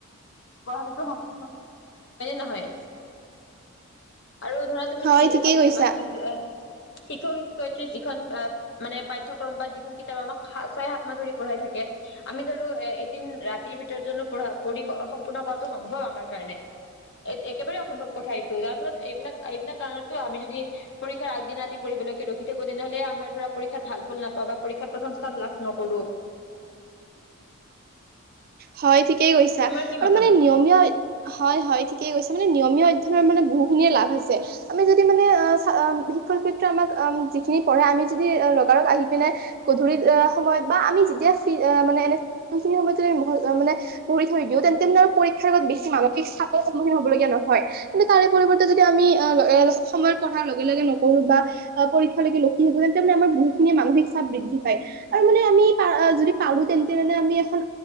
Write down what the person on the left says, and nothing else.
<unintelligible> সম্ভৱ নহয় হয়নে নহয় আৰু ধৰা তুমি
নিজে
ভাবিছাবা
শিক্ষক শিক্ষয়িত্ৰী যিখন মানে পাঠ্যক্ৰম বা যিখন কিতাপ আমাক ছয় সাত মাহ ধৰি পঢ়াই থাকে। আমি ধৰো এ এদিন ৰাতিৰ ভিতৰত জানো পঢ়া পঢ়ি সম্পূৰ্ণ কৰাটো সম্ভৱ আমাৰ কাৰণে। এই একেবাৰে অসম্ভৱ কথা এইটো তাত ত এইবিলাক এইবিলাক কাৰণতো আমি যদি পৰীক্ষাৰ আগদিনা আদি পঢ়িবলৈকে ৰখি থাকো তেনেহ'লে আমাৰ ধৰা পৰীক্ষাত ভাল ফল নাপাওঁ বা পৰীক্ষা প্ৰথম স্থান লাভ নকৰো।
তোমাৰ কি
মতামত?